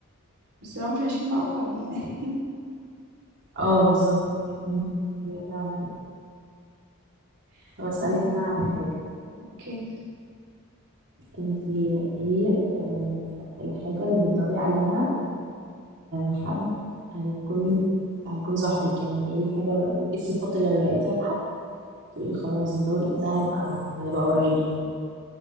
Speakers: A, on the right (about 75°); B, on the right (about 55°).
A: بس لو مش عايشين مع بعض يعني
B: اه بالظبط مم. ايه فعلا
A: <laughs>
B: طب اسألك
A: عامة
B: انا على حاجة
A: اوكي
B: انتي ايه آه الحاجة اللي بتدوري عليها في حد هيكون هيكون صاحبك يعني ايه الحاجة لما ايه الصفات اللي لقيتيها في حد تقولي خلاص دول ده هيبقى هنبقى قريبين